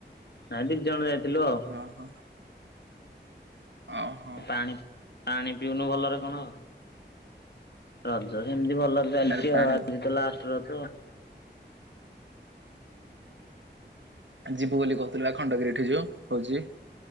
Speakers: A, on the left (about 65°); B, on the right (about 85°).
A: ନାଇଁ ଦି ଜଣ ଯାଇଥିଲୁ ଆଉ
B: ଅହ। ଅହ।
A: ପାଣି ପାଣି ପିଉନୁ ଭଲରେ କଣ? ରଜରେ ହେମିତି ଭଲ ଚାଲିଚି
B: ଆରେ ପାଣି
A: ଆଉ ଆଜି ତ ଲାଷ୍ଟ୍ ରଜ।
B: ଯିବୁ ବୋଲି କୋହୁଥିଲୁ ବା ଖଣ୍ଡଗିରି ଠି ଯୋଉ ହୋଉଛି।